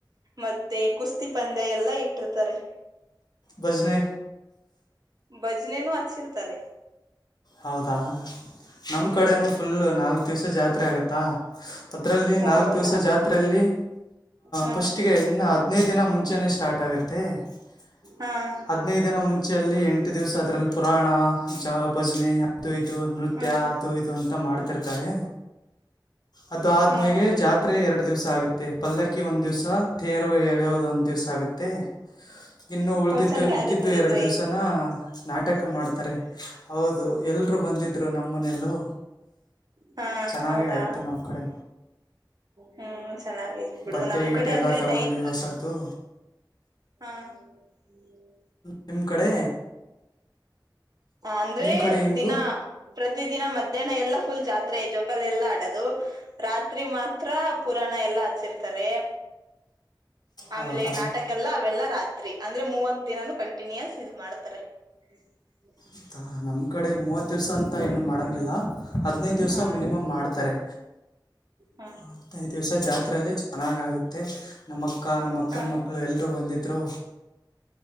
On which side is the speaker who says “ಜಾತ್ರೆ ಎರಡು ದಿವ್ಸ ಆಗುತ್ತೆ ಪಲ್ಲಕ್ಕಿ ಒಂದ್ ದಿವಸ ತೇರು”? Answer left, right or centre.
Left